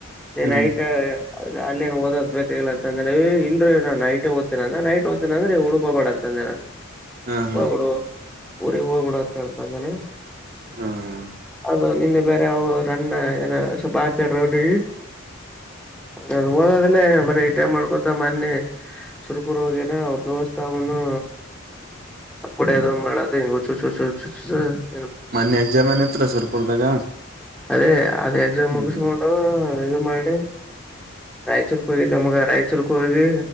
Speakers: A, in the centre; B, on the right.
A: ಅದೇ,
B: ಹ್ಮ್
A: ನೈಟು. <inaudible> ಆನ್ಲೈನ್ ಓದಬೇಕಾಗಿಲ್ಲ ಹೇ, ಇಲ್ರೀ, ನಾನು, ನೈಟ್ ಓದ್ತೀನಿ ಅಂದ, ಇಲ್ಲಾಂದ್ರೆ ಉರ್ಕೋಬೇಡ, ಅಂತ ಅಂದೆ ನಾನು. <inaudible>
B: ಹಾ ಹಾ
A: ಹೋಗ್ಬಿಡು ಊರಿಗ್ ಹೋಗ್ಬಿಡು ಅಂತ ಹಳ್ತೀದ್ದಾನೆ. ಆಮೇಲೆ-
B: ಹ್ಮ <inaudible>
A: ಅದು ನಿನ್ನೆ ಬೇರೆ ಅವ ರಣ್ಣ ಏನ ಸ್ವಲ್ಪ <unintelligible> ಬ ಅಂತ ಹೇಳ್ರ ಅವ್ರ ಅದು ಓದಿಲ್ಲಾ ಏ ಬರೆಇ ಟೆ ಮಾಡ್ಕೊತ ಮನ್ನಿ ಸುರಪುರೋಗಿನಿ ಅವ್ರ ದೋಸ್ಚವನ್ನು ಆ ಕೂಡ್ ಮಾಡದ ಹೆಂಗ ಹು ಚು ಚುು ಹು ಚುುಸ <unintelligible>
B: ಮೊನ್ನೇ ಎಕ್ಸಾಮ ಏನ್ ಇತ್ತ ಸುರ್ಪುರ್ದಾಗ
A: ಅದೇ ಅದ ಎಕ್ಸಾಮ್
B: ಹ್ಮ್
A: ಮುಗಿಸಕೊಂಡು ಈದ ಮಾಡಿ ರಾಯಚೂರ್ಕ ಹೋಗಿದ್ದಮಗ ರಾಯಚೂರ್ಕ ಹೋಗಿ